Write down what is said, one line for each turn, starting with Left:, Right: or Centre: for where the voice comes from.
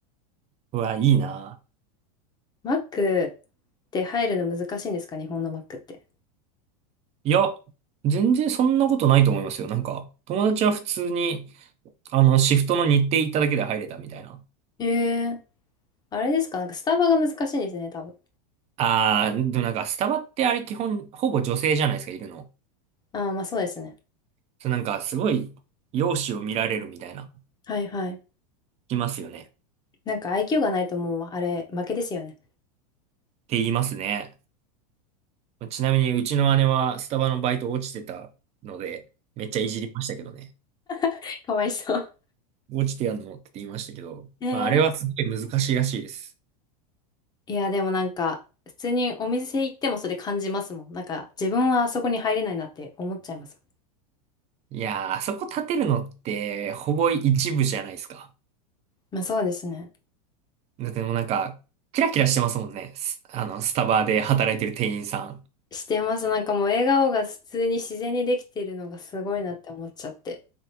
Right: うわ、いいな。
Left: マックって入るの難しいんですか日本のマックって。
Right: いや、全然そんなことないと思いますよ。なんか、友達は普通に、あの、シフトの日程行っただけで入れたみたいな。
Left: ええあれですかなんかスタバが難しいんですね、多分。
Right: ああ、でもなんか、スタバってあれ基本、ほぼ女性じゃないですか、いるの。
Left: ああ、まあそうですね。
Right: そう、なんか、すごい、容姿を見られるみたいな、
Left: はいはい。
Right: いますよね。っ
Left: なんかアイキュ q がないともうあれ負けですよね。
Right: て言いますね。ちなみに、うちの姉はスタバのバイト落ちてたので、めっちゃいじりましたけどね。
Left: <laughs> かわいそう。
Right: 落ちてやんのって言いましたけど、
Left: <laughs>
Right: まあ、あれはすごい難しいらしいです。
Left: ええいや、でもなんか、普通にお店行ってもそれ感じますもん。なんか、自分はあそこに入れないなって思っちゃいます。
Right: いやー、あそこ立てるのって、ほぼ一部じゃないですか。
Left: まあそうですね。
Right: だってもうなんか、キラキラしてますもんね。スあの、スタバで働いてる店員さん。
Left: してます。なんかもう笑顔が普通に自然にできているのがすごいなって思っちゃって。